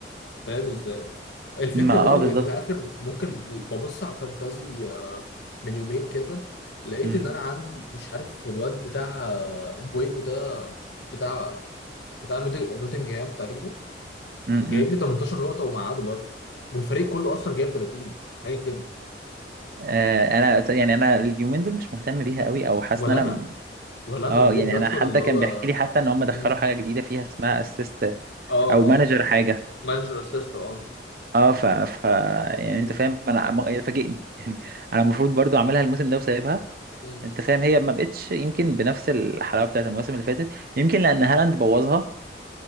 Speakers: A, on the left (about 70°); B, on the right (about 50°).
A: فاهم ازاي الفكره
B: ما
A: برضه
B: اه بالظبط
A: يعني انا اخر ممكن ببص على الفانتازي آه، من يومين كده لقيت
B: م-
A: ان انا عندي مش عارف الواد بتاع آه، بويبو ده بتاع بتاع نوت- نوتنجهام تقريبا
B: م-
A: جايب
B: م.
A: لي 18 نقطه ومقعده بره والفريق كله اصلا جايب 30 حاجه كده
B: آه، انا أصلاً يعني انا اليومين دول مش مهتم بيها قوي او حاسس
A: ولا
B: ان انا
A: انا
B: م-
A: ولا انا
B: اه
A: انا بقيت
B: يعني
A: بدخل
B: انا حد
A: اللي
B: كان
A: هو
B: بيحكي لي حتى ان هم دخلوا
A: مم.
B: حاجه جديده فيها اسمها اسيست
A: اه
B: او
A: اه
B: مانجر حاجه
A: مانجر اسيست اه
B: اه ف... ف يعني
A: مم.
B: انت فاهم انا م- هي فاجئني <laughs> يعني انا المفروض برضو اعملها الموسم ده وسايبها
A: مم.
B: انت فاهم هي ما بقتش يمكن بنفس الحلاوه بتاعت المواسم اللي فاتت يمكن لان هالاند بوظها